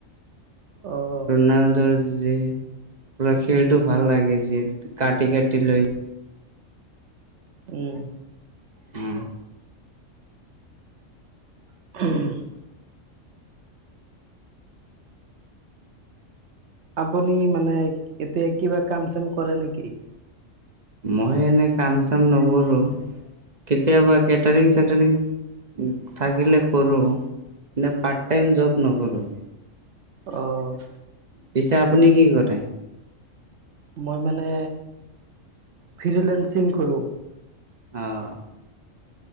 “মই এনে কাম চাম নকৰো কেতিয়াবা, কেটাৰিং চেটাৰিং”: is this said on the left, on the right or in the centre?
Right